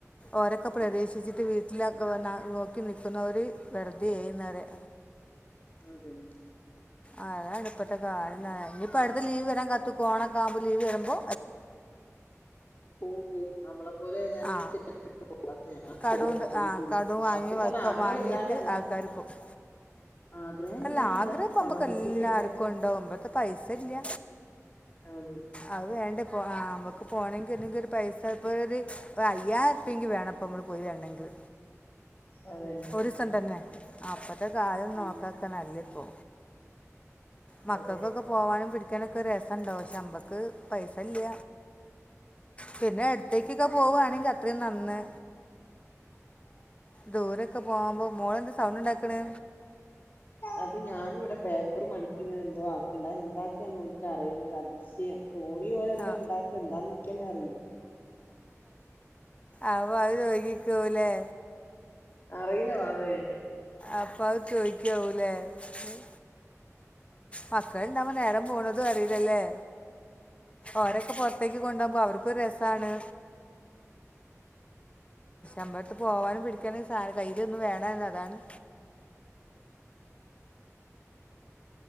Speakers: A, on the left (about 25°); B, on the left (about 40°).
A: ഓരൊക്കെ പ്രതീശിച്ചിട്ട്
B: അതെ
A: വീട്ട ട്ടില നോക്കി നിക്കുന്നവര് വെറുതെന്നായി പറയാ.
B: അഹ തന്നെ.
A: അതാണ് ഇപ്പത്തെ കയം ഇനിയിപ്പോ അടുത്ത് ലീവ് വരാൻ കത്ത കോോണ ഒക്ക ആകുമ്പോ ലീവ് വരുമ്പോ
B: പോ പോ നമ്മളെപ്പോലെ ഏതാനും
A: ആ
B: ചേ് പോവാത്ത
A: കടവും ത-
B: ഞല
A: ആ
B: ടൂറ്
A: കടവും വാങ്ങി
B: സത്യം
A: വക്ക-
B: പറഞ്ഞ ആഗ്രഹം
A: വാങ്ങിയിട്ട്
B: ഇല്ലാണ്ടല്ല.
A: ആൾക്കാർ പോവും
B: ആഗ്രഹം
A: അല്ല
B: ഇല്ലാണ്ടല്ല
A: ആഗ്രഹപ്പ്പൊക്ക
B: സാമ്പത്തികം
A: എല്ലാർക്കുംണ്ടാവകുമ്പഴത്തെ
B: ഇല്ല
A: പൈസ ഇല്ല
B: അതന്നെ
A: അത് വേണ്ട നമുക്ക് പോകണമെങ്കിൽ എന്തെങ്കിൽ ഒരു പൈസ ഇപ്പോ ഒരു അയ്യായിരം ഉർപ്യങ്കി വേണം അപ്പ നമ്മള് പോയി വരണമെങ്കിൽ
B: അതന്നെ
A: ഒരുസം തന്നെ അപ്പൊത്തക ക്കാരും
B: ഉം
A: നോക്ക നല്ലിപ്പോ മക്കക്കൊക്കെ
B: അതെ
A: പോവാനും പിടി നൊക്കെ രസംണ്ടോ നമ്മക്ക് പൈസ ഇല്ല പിന്നെ അടുത്തേക്കൊക്കെ പോവുവാണെങ്കി അത്രയും നന്ന് ദൂരൊക്കെ പോകുമ്പോ മോള എന്ത് സൗണ്ട് ഉണ്ടാക്കണ്
B: അത് ഞാനിവിടെ പേപ്പറും മടുക്കി ഇങ്ങനെ എന്തോ ആക്കണ്ട് അത് എന്താക്കാന്നോലിക്ക് അറിയണ ഒരു അതിശയ തോണി പോലെ എന്തോ
A: ആ.
B: ഉണ്ടാക്ക എന്താന്ന് എനിക്കന്നെ അറിയില്ല
A: അപ്പോൾ അത് ചോദിക്കൂലേ
B: അറിയില്ല വാവേ
A: അപ്പ അത് ചോയ്ക്കാവൂലേ ഉം മക്കൾ ഉണ്ടാമ്പോ നേരം പോണതും അറിയില്ലല്ലേ ഓരൊക്കെ പൊർത്തേക്ക് കൊണ്ടോകുമ്പോ അവർക്ക് രസാണ് അമ്പലത്ത് പോവാനും പിടിക്കാനും സാധ കയ്യില ഒന്നും വേണന്ന് അതാണ്